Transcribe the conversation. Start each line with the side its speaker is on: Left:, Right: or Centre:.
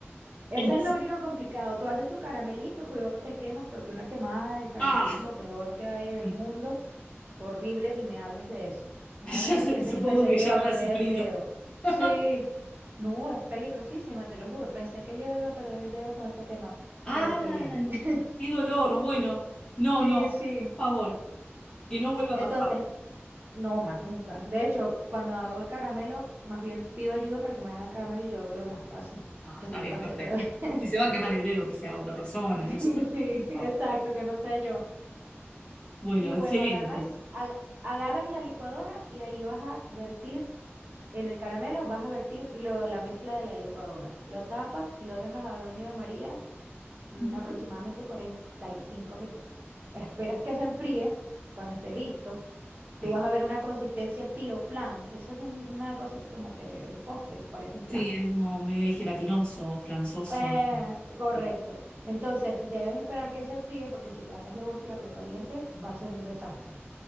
Right: Eso
Left: Entonces,
Right: es lo único complicado. Tú haces tu caramelito, cuidado te quemas, porque una quemada de caramelo
Left: ah,
Right: es lo peor que hay en el
Left: <laughs>
Right: mundo. Horrible, ni me hables de eso. Una vez
Left: ya
Right: me
Left: se-
Right: quemé
Left: supongo
Right: y pensé
Left: que
Right: que
Left: ya
Right: iba a
Left: habrá
Right: perder
Left: sufrido.
Right: el dedo. Sí,
Left: <laughs>
Right: no, es peligrosísima, te lo juro. Pensé que yo iba a perder el dedo con esa quemada,
Left: Ay,
Right: pero estoy bien. <laughs>
Left: qué dolor. Bueno, no,
Right: Sí,
Left: no,
Right: sí.
Left: por favor, que no vuelva
Right: Entonces,
Left: a pasar.
Right: no más nunca. De hecho, cuando hago el caramelo, más bien pido ayuda para que me hagan el caramelo y yo hago lo más fácil,
Left: Ah,
Right: que
Left: está
Right: no me
Left: bien,
Right: pase
Left: perfecto.
Right: otra vez. <laughs>
Left: Si se va a quemar el dedo, que sea otra persona,
Right: Sí,
Left: nosotros,
Right: sí,
Left: por
Right: exacto,
Left: favor.
Right: que no sea yo.
Left: Bueno,
Right: Y bueno,
Left: excelente.
Right: agarras, ag- agarras en la licuadora y ahí vas a vertir, en el caramelo vas a vertir lo- la mezcla de la licuadora. Lo tapas y lo dejas al baño de María mm,
Left: Ujú.
Right: aproximadamente 45 minutos. Esperas que se enfríe cuando esté listo.
Left: Sí,
Right: Tú vas a ver una consistencia estilo flan. Eso es un- una cosa así como que el postre parece un flan.
Left: sí, es como medio ahí gelatinoso, flanzoso.
Right: Eh, correcto.
Left: Sí,
Right: Entonces, debes esperar que se enfríe porque si tratas de voltearlo caliente, va a ser un desastre.